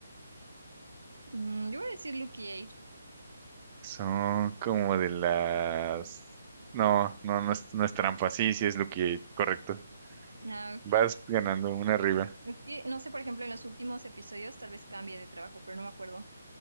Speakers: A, on the right (about 80°); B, on the right (about 30°).
A: Mm, yo voy a decir Lucky Aid.
B: Son como de las... No, no, no es, no es trampa. Sí, sí es Lucky Eight, correcto.
A: Ah, ok.
B: Vas ganando una arriba.
A: Es que no sé, por ejemplo, en los últimos episodios tal vez cambie de trabajo, pero no me acuerdo.